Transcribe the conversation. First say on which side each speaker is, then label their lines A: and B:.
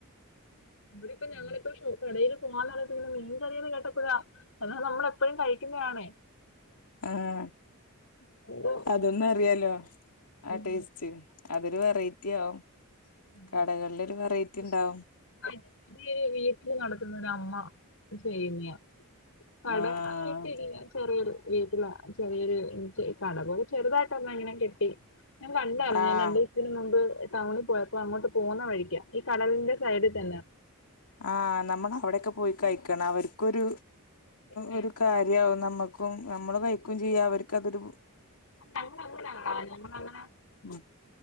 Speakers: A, on the left; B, on the left.
A: ഇവിടെ ഇപ്പ ഞങ്ങളിപ്പ ഷോപ്പ് കടയിൽ പോവാന്ന്ള്ള മീൻ റിയ കേട്ടപ്പഴാ എന്നാത് നമ്മളെപ്പഴും കഴിക്കുന്നയാണേ
B: ആഹ്
A: ഇത്
B: അതൊന്നു അറിയാലോ ആ
A: ഉം,
B: ടേസ്റ്റ് അതൊരു വെറൈറ്റി ആവും
A: <inaudible> <unintelligible> <unintelligible>
B: കടകളിലൊരു വെറൈറ്റി ഉണ്ടാവും
A: വീട്ടില് നടക്കുന്നൊര് അമ്മ സേമിയാ കടെ
B: ആഹ്
A: ആയിട്ടില്ല ചെറിയൊരു വീട്ടില ചെറിയൊരു കട പോലെ ചെറുതായിട്ട് ഒരെണ്ണം ഇങ്ങനെയ്ങ്ങ് കെട്ടി ഞാൻ കണ്ടായിരുന്നു
B: ആഹ്
A: രണ്ടു ദിവസത്തിന് മുമ്പ് ടൗണിൽ പോയപ്പോ അങ്ങോട്ട് പോന്ന വഴിക്കാ ഈ കടലിന്റെ സൈഡിൽ തന്നാ
B: ആഹ് നമ്മള് അവിടെക്കെ പോയി കയിക്കണം അവർക്കൊരു
A: പിന്നെ
B: ഒരു കാര്യവും നമ്മക്കും നമ്മള് കഴിക്കയും ചെയ്യും അവര് ക്കതൊരു
A: ആ ഞമ്മൾങ്ങന ഞമ്മൾങ്ങനെ
B: ഉം